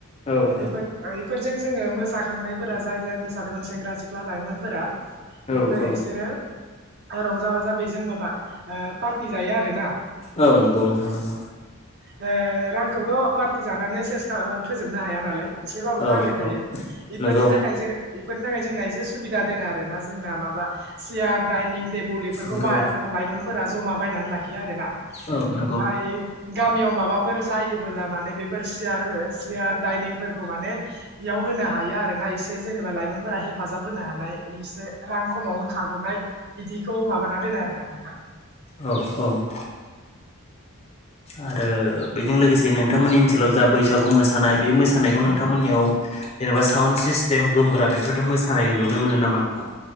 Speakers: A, on the left; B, on the right.
A: औ नोंथां
B: इफोर इफोरजों जोंङो मोसाखांनाय फोरा जाय जाय मोसादोंमोन सेंग्रा सिख्ला लाइमोनफोरा
A: औ
B: इफो
A: औ
B: इसोर रंजा बाजा बेजों माबा ओ पार फैजाया आरो ना
A: औ नंगौ नोंथां नंगौ।
B: ओ रांखौथ' पार्टि जानानै सेसखा फोजोबनो हाया नालाय एसेबाबोथ'
A: औ
B: आग्लायखायो
A: नंगौ
B: इफोरनि
A: नंगौ
B: थाखाय जों इफोरनि थाखाय जोंना एसे सुबिदा दोङा आरो ना जोंना माबा चियार दाइनिं टेबुल एफोरखौ
A: नंगौ
B: बा लाइमोनफोरा जमा बायनानै लाखिया आरो ना
A: औ नंगौ
B: ओमफाय गामियाव माबाफोर जायोबोला माने बेफोर चियार ओ चियार दायनिंफोर माने इयाव होनो हायो आरो ना एसे जेनेबा लाइमोनफोरा हे हेफाजाब होनो हानाय एसे रां खमावनो खारग'नाय बिदिखौ माबाना दोनो आरोना नोंथां
A: औ औ आरो बेजों लोगोसे नोंथांमोननि ओनसोलाव जा बैसागु मोसानाय बे मोसानायखौ नोंथांमोननियाव जेनेबा साउन्ड सिस्टेम गोमग्रा बेफोरजों मोसानाय नुनो मोनो नामा नोंथां